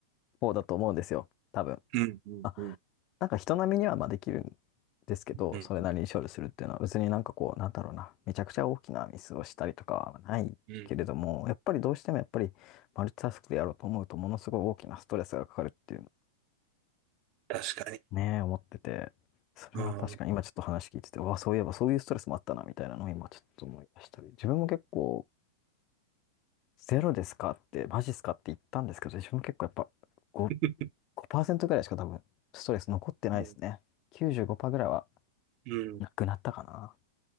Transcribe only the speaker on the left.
方だと思うんですよ。多分。
<laughs>
なんか人並みにはまあできるんですけど、
それなりに勝利するっていうのは別になんかこう、なんだろうな、めちゃくちゃ大きなミスをしたりとかはないけれども、
やっぱりどうしてもやっぱりマルチタスクでやろうと思うとものすごい大きなストレスがかかるっていうのを
ね、思ってて、それは確かに今ちょっと話聞いてて、
うわ、そういえばそういうストレスもあったなみたいなのを今ちょっと思い出したり、自分も結構ゼロですかって、マジっすかって言ったんですけど、自分も結構やっぱご
ごパーセン5%ぐらいしか多分ストレス残ってないですね。
95%ぐらいは
なくなったかな。